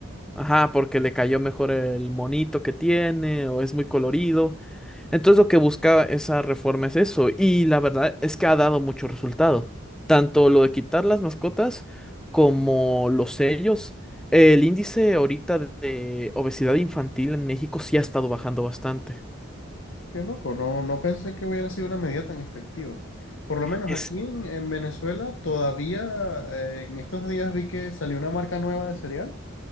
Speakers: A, in the centre; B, on the left.
A: Ajá, porque le cayó mejor el monito que tiene o es muy colorido. Entonces lo que buscaba esa reforma es eso, y la verdad es que ha dado mucho resultado. Tanto lo de quitar las mascotas como los sellos. El índice ahorita de obesidad infantil en México sí ha estado bajando bastante.
B: Qué loco, no, no pensé que hubiera sido una medida tan efectiva. Por lo menos
A: Es
B: aquí en, en Venezuela todavía eh, en estos días vi que salió una marca nueva de cereal